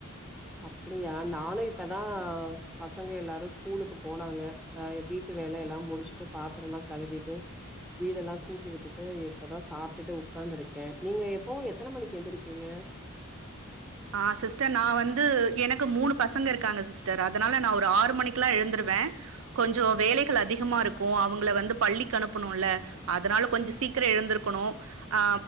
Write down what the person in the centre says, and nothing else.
அப்பிடியா நானு இப்பதா பசங்க எல்லாரு ஸ்கூலுக்கு போனாங்க ஆ வீட்டு வேல எல்லா முடிச்சுட்டு பாத்தரோ எல்லா கழுவிட்டு வீடெல்லா கூட்டி விட்டுட்டு இப்பதா சாப்ட்டு உக்காந்துருக்க நீங்க எப்பவு எத்தன மணிக்கு எந்திருப்பீங்க